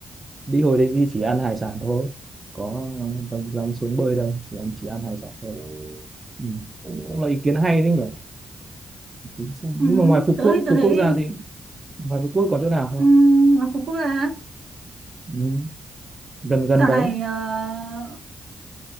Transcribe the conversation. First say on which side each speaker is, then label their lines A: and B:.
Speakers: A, on the right (about 35°); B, on the right (about 70°).
A: Đi hồi đấy đi chỉ ăn hải sản thôi. Có dám dám xuống bơi đây, chỉ ăn chỉ ăn hải sản thôi. Ừ. Cũng là ý kiến hay đấy nhỉ? Tính sao?
B: ừ,
A: Nhưng mà ngoài Phú
B: tớ
A: Quốc,
B: thì tớ
A: Phú
B: thấy
A: Quốc ra
B: đi
A: thì ngoài Phú Quốc còn chỗ nào không?
B: ừ, ngắm phố quốc gia
A: Ừ. gần gần
B: dạo
A: đấy
B: này ờ,